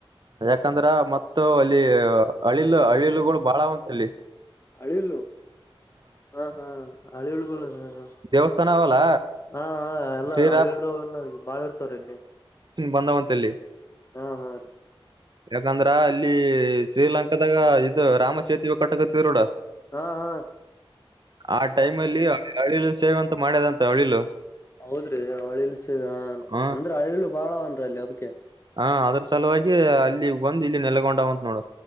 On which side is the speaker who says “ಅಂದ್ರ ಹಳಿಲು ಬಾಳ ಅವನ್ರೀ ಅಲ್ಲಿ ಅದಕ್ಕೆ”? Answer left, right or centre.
Left